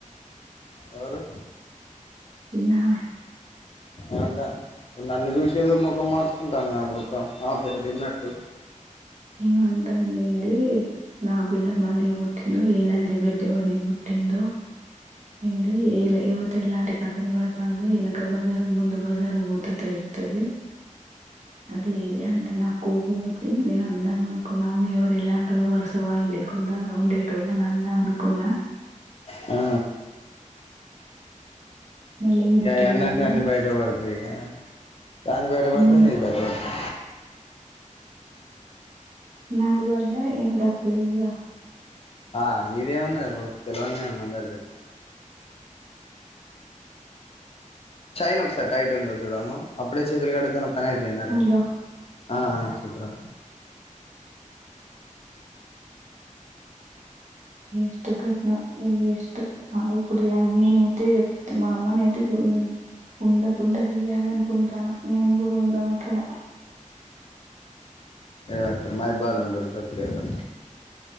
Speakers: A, on the left; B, on the right.
A: అవురు
B: తిన్నావ
A: ఏంటో ఇప్పుడు నన్ను చూసేదో ముఖం మార్చుకుంటాంది గా మొత్తం ఏదొ తిన్నట్టు
B: ఏమంటాం లేండీ నా బిడ్డ మందిగి పుట్టిిందో ఏళ్ళంజె బిడ్డ ఎవనిగి పుట్టిిందో ఏంది ఏవతి ఎలాంటి కథలు పడుతాన్దో వెనక బజారు ముందు బజారు పోతే తెలుతది అది ఇది అంటే నా కోపం వచ్చి నేను అందాం అనుకున్న అవును ఎవరి ఎలాంటి వర్సవ ఇల్ కుండడా ఉండేటోళ్ళను అందాం అనుకున్నా
A: ఆ
B: మళ్ళీ ఎందుకులే
A: ఇగ ఎన్నంటె
B: అని
A: అన్ని బయట పడతయి ఇగా ఆమె బయట
B: హ్మ్.
A: పడుతే నేను బయట బడుతా
B: నాది బడ్డా ఏం తప్పలేదుగ
A: ఆ నీదేం ఉన్నది పో తెలవంది ఏం ఉంది అందరికి తెలుసు చైన్ ఒకసారి టైట్ ఉందో చూడమ్మా అప్పుడే చేతులు కడుగుతానవ్ పనై పోయిందారా
B: వాళ్ళు
A: ఆ చెప్పురా
B: ఏడుస్తూ పెట్టిన వేస్ట్ ఇప్పుడుమ్ నేనైతే చెప్తున్న మా అమ్మనైతే న ఉండకుంట చెయ్యాలనుకుంటాన నేను కూడ ఉండము ఇక్కడ
A: ఏ అక్కడ మహబూబబాద్ లో ఉండుండ్రి సప్పుడుదేక